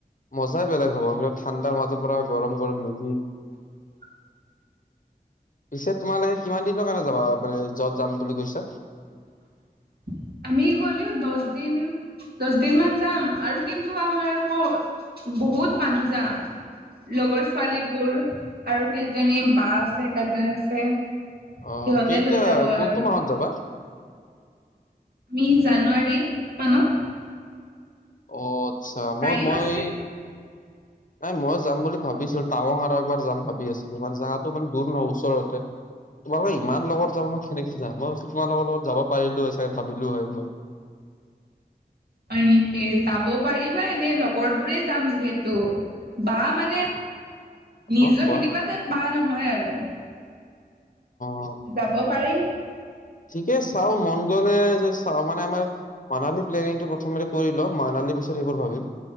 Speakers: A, on the left; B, on the right.
A: মজাই বেলেগ হ'ব। সেইবিলাক ঠাণ্ডা মাজৰ পৰা গৰম গৰম মেগী
B: <inaudible>
A: পিছে তোমালোকে কিমান দিনৰ কাৰণে যাবা আ মানে যত যাম বুলি কৈছা?
B: <inaudible> আমি গ'লেও দছ দিন দছ দিন মান যাম আৰু কিন্তু আমাৰ আকৌ বহুত মানুহ যাম। লগৰ ছোৱালী বোৰ আৰু কেজনী বা আছে কাজন আছে।
A: অঁহ
B: সিহঁতে
A: কেইটা
B: লৈ যাব
A: কোনটো
B: আৰু
A: মাহত যাবা?
B: মি জানুৱাৰী মানত।
A: অ আচ্ছা
B: টাইম
A: মই মই।
B: আছে
A: নাই মই যাম বুলি ভাবিছো টাৱং আৰু এবাৰ যাম ভাবি আছো মানে জাতো মানে দূৰ নহ ওচৰতে। তোমালোকে ইমান লগত যাব মই কেনেকে যাম মই ভাচু তোমালোকৰ লগত যাব পাৰিলো হয় চায়ে ভাবিলো হয় ম।
B: হয় নিকি? যাব পাৰিবা এনেই লগৰ বোৰেই যাম যিহেতু। তৌ বা মানে নিজৰ
A: অ কোৱা
B: সেনেকুৱা টাইপ বা নহয় আৰু।
A: অ
B: যাব পাৰি।
A: ঠিকে চাও মন গ'লে যে চাও মানে আমাৰ মানালী প্লেনিংটো প্ৰথমতে কৰি লও। মানা কালি পিছত সেইবোৰ ভাবিম।